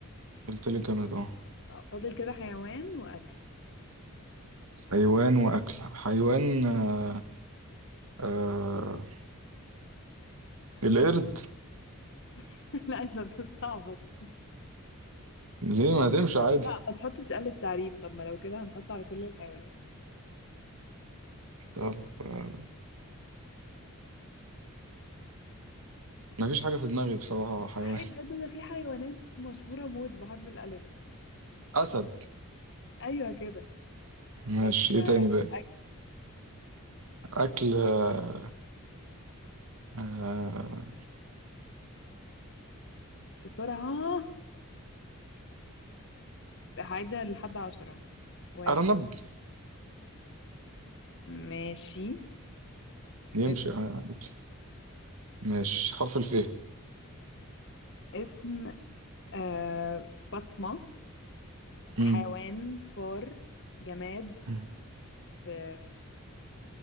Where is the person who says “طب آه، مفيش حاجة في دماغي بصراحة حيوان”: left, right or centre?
Right